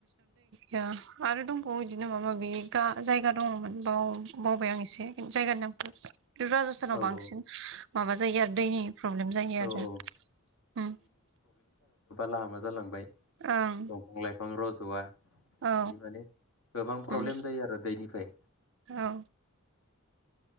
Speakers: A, on the right; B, on the left.
A: या आरो दंबावो इदिनो माबा माबि गा जायगा दङमोन बाव बावबाय आं एसे जायगानि नामखो। राजस्थानाव
B: औ
A: बांसिन
B: औ
A: माबा जायो आरो दैनि प्रब्लेम जायो
B: औ
A: आरो।
B: औ
A: उम
B: ला हामा जालांबाय।
A: ओं
B: दंफां लाइफां रज'वा बिदि
A: औ
B: माने गोबां प्रब्लेम
A: उम
B: जायो आरो दैनिफाय
A: औ